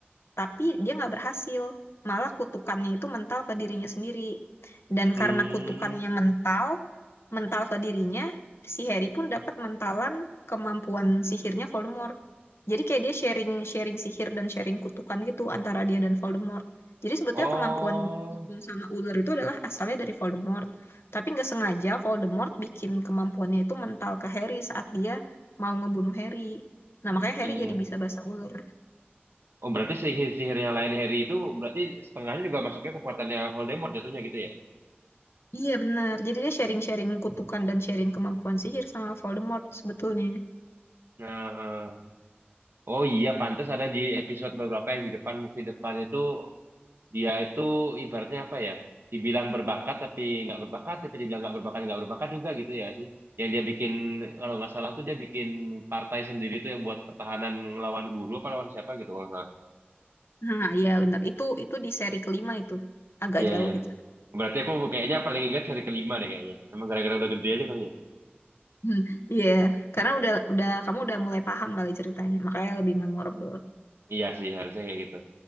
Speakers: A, on the left; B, on the right.
A: tapi dia nggak berhasil. Malah kutukannya itu mental ke dirinya sendiri. Dan
B: Hmm.
A: karena kutukannya mental, mental ke dirinya, si Harry pun dapat mentalan kemampuan sihirnya Voldemort. Jadi kayak dia sharing sharing sihir dan sharing kutukan gitu antara dia dan Voldemort. Jadi sebetulnya
B: Oh,
A: kemampuan Dukun sama ular itu adalah asalnya dari Voldemort. Tapi nggak sengaja Voldemort bikin kemampuannya itu mental ke Harry saat dia mau ngebunuh Harry. Nah, makanya
B: iya.
A: Harry jadi bisa bahasa ular.
B: Oh, berarti sihir-sihirnya lain Harry itu berarti setengahnya juga masuknya kekuatannya Voldemort jatuhnya gitu ya?
A: Iya, benar. Jadi dia sharing-sharing kutukan dan sharing kemampuan sihir sama Voldemort sebetulnya.
B: Nah, eh. oh iya, pantas ada di episode beberapa yang di depan movie depan itu dia itu ibaratnya apa ya? Dibilang berbakat tapi nggak berbakat, tapi dibilang nggak berbakat nggak berbakat juga gitu ya sih? Yang dia bikin kalau nggak salah tuh dia bikin partai sendiri tuh yang buat pertahanan ngelawan guru apa lawan siapa gitu kalau nggak salah.
A: Nah, iya benar. Itu itu di seri kelima itu. Agak
B: Iya
A: jauh
B: iya.
A: itu.
B: Berarti aku kayaknya paling ingat seri kelima deh kayaknya. Emang gara-gara udah gede aja kali ya?
A: Hmm, Iya, Karena udah udah kamu udah mulai paham kali ceritanya, makanya lebih memorable.
B: Iya sih, harusnya kayak gitu.